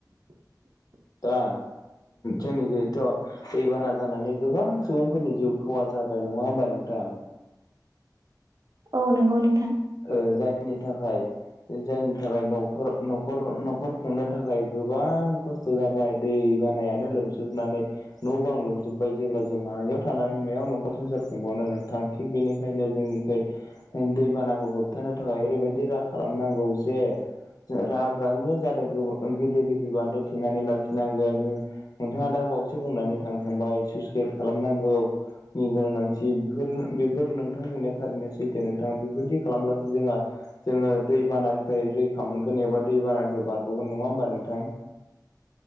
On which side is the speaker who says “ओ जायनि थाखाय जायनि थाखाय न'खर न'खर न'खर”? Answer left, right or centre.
Left